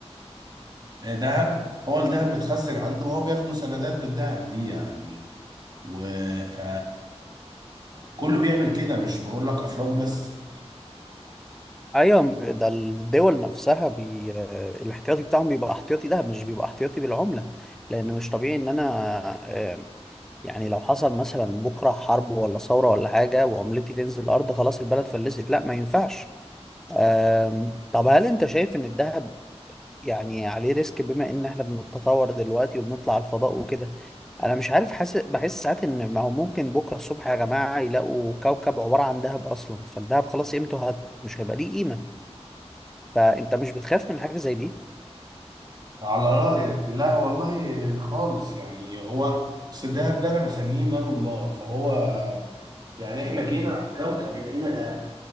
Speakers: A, on the right; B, in the centre.
A: آه، ذهب هو الذهب متخزن عنده هو بياخده سندات بالذهب دي يعني و ف كله بيعمل كده مش بقول لك افراد بس
B: ايوه ده الدول نفسها بي... آه، الاحتياطي بتاعهم بيبقى احتياطي ده مش بيبقى احتياطي بالعملة لان مش طبيعي ان انا آه، يعني لو حصل مثلا بكرة حرب ولا ثورة ولا حاجة وعملتي تنزل الأرض خلاص البلد فلست لا ما ينفعش أم، طب هل أنت شايف إن الذهب يعني عليه ريسك بما إن إحنا بنتطور دلوقتي وبنطلع الفضاء وكده أنا مش عارف حاسس بحس ساعات إن ما هو ممكن بكرة الصبح يا جماعة يلاقوا كوكب عبارة عن ذهب أصلا فالذهب خلاص قيمته هت... مش هيبقى ليه قيمة فأنت مش بتخاف من حاجة زي دي؟
A: على رايك لا والله خالص يعني هو اصل الدهب ده انا بسميه مال الله فهو يعني احنا جينا على الكوكب لقينا دهب